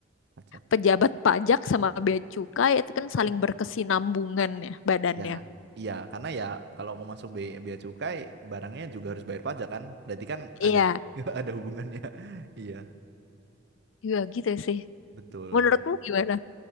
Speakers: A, on the right; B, on the left.
A: pajak.
B: pejabat pajak sama bea cukai itu kan saling berkesinambungan ya badannya.
A: Ya, iya karena ya kalau mau masuk bea, bea cukai barangnya juga harus bayar pajak kan. Berarti kan
B: Iya,
A: ada <laughs> ada hubungannya. Iya,
B: iya gitu sih.
A: betul.
B: Menurutmu gimana?